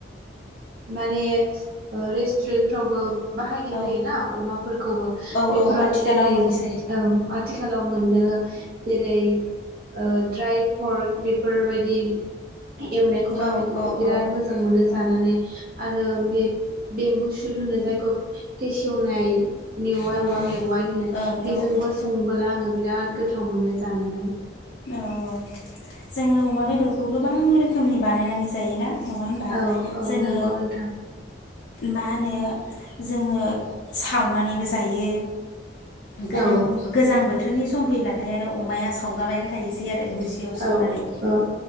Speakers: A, on the right; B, on the left.
A: माने ओ रेस्टुरेन्टफ्रावबो बाहायनाय
B: औ
A: जायो ना अमाफोरखौबो
B: औ
A: बेफोराव
B: औ आथिखालाव
A: जेरै
B: मोनसै
A: ओम आथिखालाव मोननो जेरै ओ ड्राय फर्ट बे फोरबायदि एवनाय खौबो
B: औ
A: आङो गो
B: औ
A: बिरिद
B: औ
A: मोजां मोनो
B: औ
A: जानानै आरो बे बेमबु सुट होन जाय खब फेसेवनाय मेवाइ
B: औ
A: औवा मेवाइ होननाय
B: औ
A: बेजोंबो
B: औ
A: संबोला आङो बिराद गोथाव मोनो। जानोहाय।
B: औ औ जोङो अमा बेदरखौ गोबां रोखोमनि बानायनानै जायोना? नङा होमबा
A: औ औ
B: जोङो
A: नंगौ नोंथां।
B: मा होनो जोङो सावना जायो गोलोम
A: औ
B: गोजां बोथोरनि सम फैब्लाथाइ आरो अमाया साब थाव जाबायेन। थाइसेया आरो गुजियाव सुनानै
A: औ औ